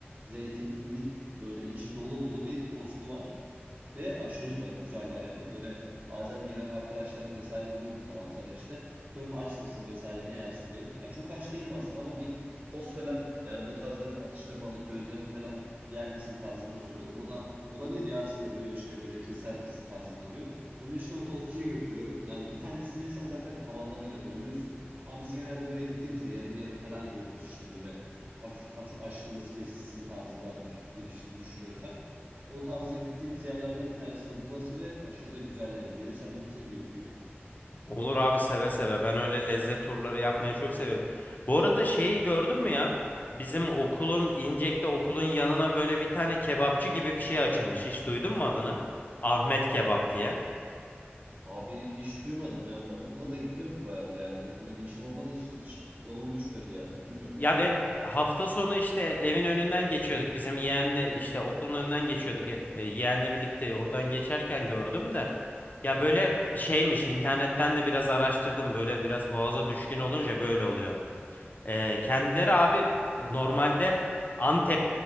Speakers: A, on the right; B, on the left.
A: zeytinlik böyle içi dolu dolu bir tostu var. Ve aşırı da güzel yani. Böyle Bazen gelen arkadaşlarım vesaire oluyor bu taraflara işte. Diyorum aç mısın vesaire ne yersin diyorum. Ya çok aç değilim aslında ama bir tost falan yani bu tarzda bir atıştırmalık gözleme falan yer misin tarzında soruyorum. O da olabilir ya aslında diyor işte böyle keser bizi tarzında diyor. Onu işte o tostçuya götürüyorum. Yani bir tanesini yesen zaten tam anlamıyla doyuyorsun. Ama biz genelde böyle gittiğimizde yarım yarım falan yiyoruz işte böyle hafif at- açtığımız kesilsin tarzında düş- gibi düş- düşünüyorsak. O tarza gittiğimiz yerlerden bir tanesi de burası ve aşırı da güzel yani. Gelirsen bir gün seni götüreyim.
B: Olur abi seve seve. Ben öyle lezzet turları yapmayı çok severim. Bu arada şeyi gördün mü ya? Bizim okulun İncek'te okulun yanına böyle bir tane kebapçı gibi bir şey açılmış. Hiç duydun mu adını? Ahmet Kebap diye.
A: Abi hiç duymadım ya. Ben okula da gitmiyorum ki bayağıdır yani. Okulda bir işim olmadığı için hiç yolum düşmedi ya. Bilmiyorum.
B: Ya ben hafta sonu işte evin önünden geçiyorduk. Bizim yeğenle işte okulun önünden geçiyorduk. E, e, yeğenle birlikte oradan geçerken gördüm de. Ya böyle şeymiş internetten de biraz araştırdım. Böyle biraz boğaza düşkün olunca böyle oluyor. E, kendileri abi e, normalde Antep